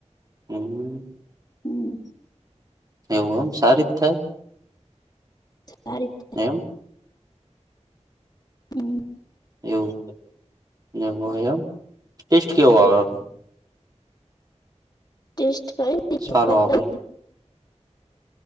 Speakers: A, on the right; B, on the left.
A: હમ
B: હમ
A: એવું આમ સારી જ થાય.
B: સારી જ થાય
A: એમ
B: હું
A: એવું એમ હોય એમ ટેસ્ટ કેવો આવે
B: ટેસ્ટ <inaudible>
A: સારો આવે એમ